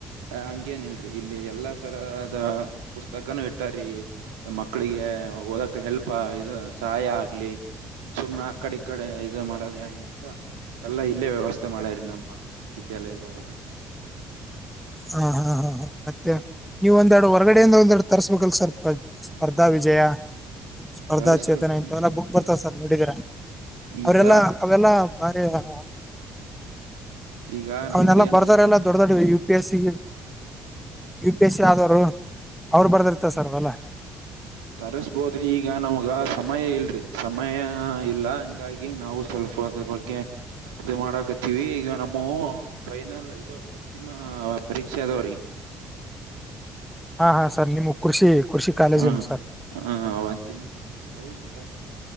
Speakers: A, on the right; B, in the centre.
A: ಆ ಹಂಗೇನಿಲ್ರಿ ಇಲ್ಲಿ ಎಲ್ಲಾ ತರದ ಪುಸ್ತಕನು ಇಟ್ಟಾರ್ರಿ ಮಕ್ಕಳಿಗೆ ಓದಕ್ ಹೆಲ್ಪ ಇದು ಸಹಾಯ ಆಗ್ಲಿ ಸುಮ್ನೆ ಆ ಕಡೆ ಈ ಕಡೆ ಇದ ಮಾಡೋದ ಏನಂತ ಎಲ್ಲಾ ಇಲ್ಲೇ ವ್ಯವಸ್ ಸ್ಥೆ ಮಾಡ್ಯರಿ ನಮ್ಮ ವಿದ್ಯಾಲಯದೊಳಗ.
B: ಹಾ ಹಾ ಹಾ ಹಾ ಮತ್ತೆ ನೀವ್ ಒಂದೆರಡು ಹೊರಗಡೆ ಇಂದ ಒಂದೆರಡು ತರ್ಬೇಕಲ್ಲ ಸ್ವಲ್ಪ ಸ್ಪರ್ಧಾ ವಿಜಯ ಸ್ಪರ್ಧಾ
A: ತರಸ್ಬೇಕ್ರಿ
B: ಚೇತನ ಇಂತವೆಲ್ಲ ಬುಕ್ ಬರ್ತಾವ ಸರ್ ನೋಡಿದಿರಾ?
A: ಈಗ
B: ಅವರೆಲ್ಲ ಅವೆಲ್ಲಾ ಬಾರಿ ಹಾ
A: ಈಗ ನಮ್ದ
B: ಅವನ್ನೆಲ್ಲಾ
A: ಏನಂದ್ರ
B: ಬರ್ದವರ್ ಎಲ್ಲಾ ದೊಡ್ ದೊಡ್ U P S C U P S C ಆದವರು ಅವರು ಬರ್ದ್ ಇರ್ತಾರ್ ಸರ್ ಅವೆಲ್ಲ.
A: ತರಿಸಬೋದ್ರಿ <unintelligible> ಈಗ ನಮಗ ಸಮಯ ಇಲ್ರಿ ಸಮಯ ಇಲ್ಲ ಹಂಗಾಗಿ ನಾವು ಸ್ವಲ್ಪ ಅದ್ರ ಬಗ್ಗೆ ಇದು ಮಾಡಾಕತ್ತೀವಿ ಈಗ <unintelligible> ಫೈನಲ್ ಇದು ಅಂತಿಮ ಪರೀಕ್ಷೆ ಅದವ್ರಿ.
B: ಹಾ ಹಾ ಸರ್ ನಿಮ್ಮ ಕೃಷಿ ಕೃಷಿ ಕಾಲೇಜನ್
A: ಹ್ಮ್
B: ಸರ್.
A: ಹ ಅವು ಅಂತಿಮ ಪರೀಕ್ಷೆ ಅದವು ಹಿಂಗಾಗಿ